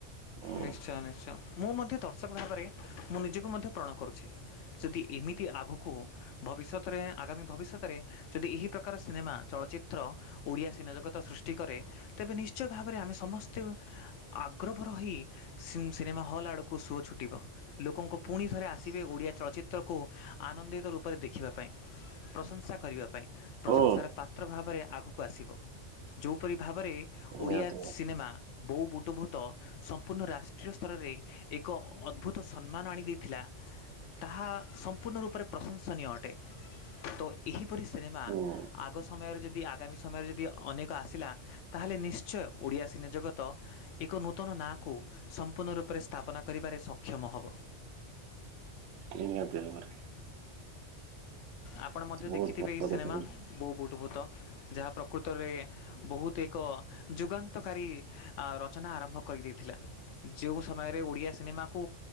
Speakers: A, on the right; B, on the left.
A: ହୁଁ
B: ନିଶ୍ଚୟ, ନିଶ୍ଚୟ ମୁଁ ମଧ୍ୟ ଦର୍ଶକ ଭାବରେ ମୁଁ ନିଜକୁ ମଧ୍ୟ ପ୍ରଣ କରୁଛି। ଯଦି ଏମିତି ଆଗକୁ, ଭବିଷ୍ୟତରେ ଆଗାମୀ ଭବିଷ୍ୟତରେ ଯଦି ଏହି ପ୍ରକାର ସିନେମା ଚଳଚ୍ଚିତ୍ର ଓଡ଼ିଆ ସିନେଜଗତ ସୃଷ୍ଟି କରେ, ତେବେ ନିଶ୍ଚୟ ଭାବରେ ଆମେ ସମସ୍ତେ ଆଗ୍ରଭର, ରହିସିମ୍ ସିନେମା ହଲ୍ ଆଡ଼କୁ ସୁଅ ଛୁଟିବ, ଲୋକଙ୍କୁ ପୁଣି ଥରେ ଆସିବେ, ଓଡ଼ିଆ ଚଳଚିତ୍ରକୁ ଆନନ୍ଦିତ ରୂପରେ ଦେଖିବା ପାଇଁ। ପ୍ରଶଂସା କରିବା ପାଇଁ। ପ୍ରଶଂସାର
A: ହୁଁ
B: ପାତ୍ର ଭାବରେ ଆଗକୁ ଆସିବ। ଯେଉଁପରି ଭାବରେ, ଓଡ଼ିଆ
A: ନିହାତି
B: ସିନେମା ବୋଉ ବୁଟୁଭୂତ ସମ୍ପୂର୍ଣ୍ଣ ରାଷ୍ଟ୍ରୀୟ ସ୍ତରରେ, ଏକ ଅଦ୍ଭୁତ ସମ୍ମାନ ଆଣି ଦେଇଥିଲା। ତାହା ସମ୍ପୂର୍ଣ୍ଣ ରୂପରେ ପ୍ରଶଂସନୀୟ ଅଟେ। ତ ଏହିପରି ସିନେମା
A: ହୁଁ
B: ଆଗ ସମୟରେ ଯଦି, ଆଗ ଆଗାମୀ ସମୟରେ ଯଦି ଅନେକ ଆସିଲା ତାହେଲେ ନିଶ୍ଚୟ ଓଡ଼ିଆ ସିନେ ଜଗତ। ଏକ ନୂ- ନୂତନ ନାଁକୁ ସମ୍ପୂର୍ଣ୍ଣ ରୂପରେ ସ୍ଥାପନା କରିବାରେ ସକ୍ଷମ ହବ।
A: ତିନି ଏପ୍ରେଲ ପରେ,
B: ଆପଣ ମଧ୍ୟ
A: ବହୁତ
B: ଦେଖିଥିବେ
A: ଭଲ
B: ଏଇ ସିନେମା,
A: କଥା କହିଲେ।
B: ବୋଉ ବୁଟୁ ଭୁତ। ଯାହା ପ୍ରକୃତରେ ବହୁତ ଏକ ଯୁଗାନ୍ତକାରୀ ରଚନା ଆରମ୍ଭ କରିଦେଇଥିଲା। ଯେଉ ସମୟରେ ଓଡ଼ିଆ ସିନେମାକୁ